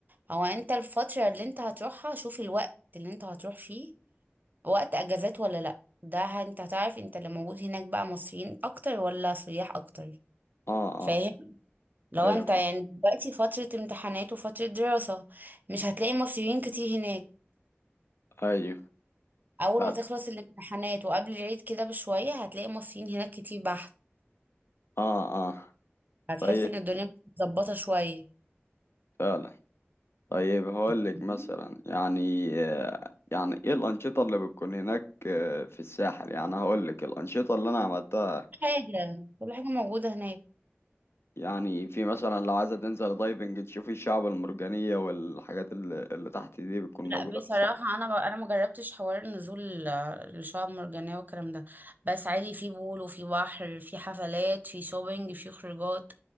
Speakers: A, on the right (about 45°); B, on the left (about 65°).
A: هو انت الفترة اللي انت هتروحها شوف الوقت اللي انت هتروح فيه وقت أجازات ولا لأ ده انت هتعرف انت اللي موجود هناك بقى مصريين أكتر ولا سياح أكتر
B: اه
A: فاهم
B: اه
A: لو
B: ايوه
A: انت
B: فا-
A: يعني دلوقتي فترة امتحانات وفترة دراسة مش هتلاقي مصريين كتير هناك
B: ايوه
A: اول
B: فعلا
A: ما تخلص الامتحانات وقبل العيد كده بشوية هتلاقي مصريين هناك كتير بحت
B: اه اه
A: هتحس
B: طيب
A: ان الدنيا متظبطة شوية
B: فعلا طيب هقول
A: كل
B: لك مثلا يعني آه، يعني ايه الانشطه اللي بتكون هناك آه، في الساحل يعني هقول لك الانشطه اللي انا عملتها
A: حاجة كل حاجة موجودة هناك
B: يعني في مثلا لو عايزه تنزل دايفنج تشوفي الشعب المرجانيه والحاجات اللي, اللي تحت دي بتكون
A: لا
B: موجوده
A: بصراحة
B: في الساحل
A: أنا ب... أنا ما جربتش حوار النزول آه، للشعاب المرجانية والكلام ده بس عادي في بول وفي بحر في حفلات في شوبينج في خروجات